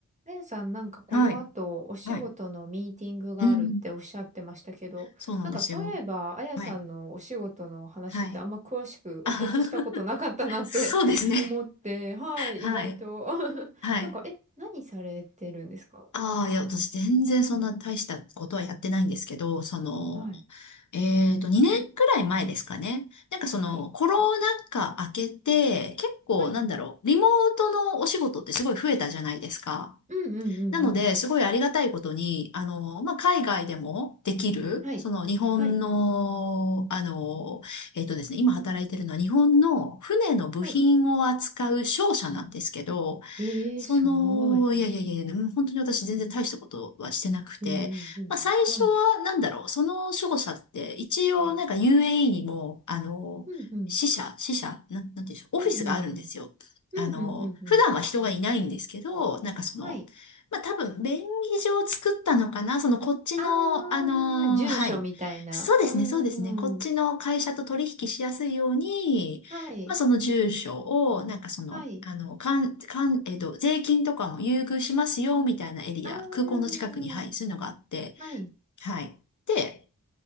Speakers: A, on the right; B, on the left.
A: あやさん、なんかこの後、
B: はい。
A: お仕事のミーティングがあるっておっしゃってましたけど、
B: はい。うん。そうなんですよ。
A: なんかそういえば、あやさんのお仕事の話ってあんま詳しくお聞きしたことなかったなって
B: はい。はい。あ <laughs> そうですね。
A: <laughs> 思って、はい、
B: はい。
A: 意外と <laughs>
B: はい。
A: なんか、え、何されてるんですか
B: ああ、いや、私全然そんな大したことはやってないんですけど、その、
A: はい。
B: えっと、2年くらい前ですかね。なんかその、
A: はい。
B: コロナ禍明けて、結構なんだろう、
A: はい。
B: リモートのお仕事ってすごい増えたじゃないですか。
A: うんうんうんうん。
B: なので、すごいありがたいことに、あの、まあ、海外でもできる、
A: はい。
B: その日本の、
A: はい。
B: あの、えっとですね、今働いてるのは日本の船の部品を扱う商社なんですけど、
A: はい。えー、
B: その、
A: すごい。
B: いやいやいやいや、もう本当に私全然大したことはしてなくて、
A: えー、全然。
B: まあ最初はなんだろう、
A: はい。
B: その守護者って一応なんか UAE にも、あの、
A: うんうん。
B: 支社、支社、なん、なんていうんでしょう、オフィスがあるんですよ。
A: うんうんうん。
B: あの、
A: うんうんうんうん。
B: 普段は人がいないんですけど、なんかその、
A: はい。
B: まあ多分便宜上作ったのかな、そのこっちの、
A: あ
B: あの、
A: ー、住所みたいな。
B: はい。そうですね、
A: うーん。
B: そうですね。こっちの会社と取引しやすいように、
A: はい。
B: まあ、その住所を、なんかその、
A: はい。
B: あの、かん、かん、えっと、税金とかも優遇しますよ、みたいなエリア、
A: あー、
B: 空港の近くに、はい、そういうのがあって、
A: はい。
B: はい。で、